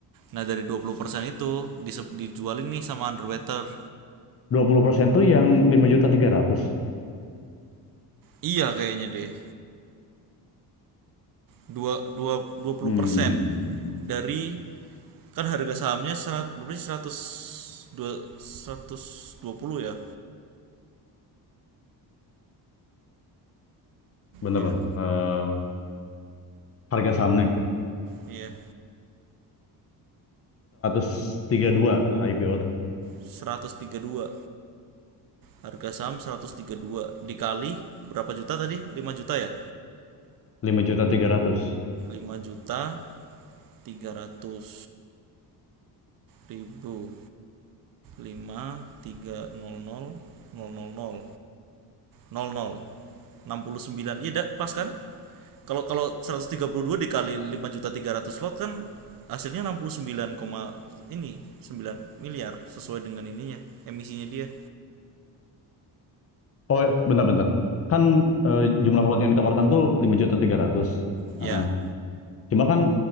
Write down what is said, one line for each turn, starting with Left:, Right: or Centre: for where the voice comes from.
Right: Nah, dari 20% itu disep- dijualin nih sama underwater.
Left: dua puluh persen tuh yang 5.300.
Right: Iya kayaknya deh. Dua, dua,
Left: Hmm.
Right: persen dari kan harga sahamnya seratus berapa sih 100 dua- ratus dua puluh ya?
Left: Bentar,
Right: Iya
Left: bentar.
Right: kan?
Left: Eh, harga sahamnya
Right: Iya.
Left: 132 IPO tuh.
Right: seratus tiga puluh dua Harga saham seratus tiga puluh dua dikali berapa juta tadi? lima juta ya?
Left: lima juta tiga ratus.
Right: lima juta tiga ratus ribu lima tiga nol nol nol nol nol enam puluh sembilan iya dak pas kan kalau kalau 132 dikali lima juta tiga ratus slot kan hasilnya 69, koma ini sembilan miliar sesuai dengan ininya emisinya dia
Left: Oh, bentar-bentar. Kan eh, jumlah lot yang ditawarkan tuh 5 juta 300.
Right: ya
Left: Heeh. Cuma kan